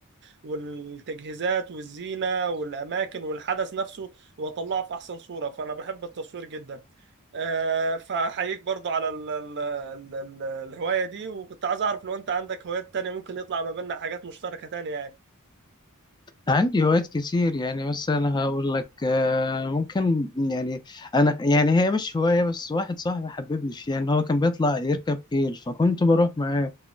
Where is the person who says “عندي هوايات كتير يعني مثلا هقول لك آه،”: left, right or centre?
Left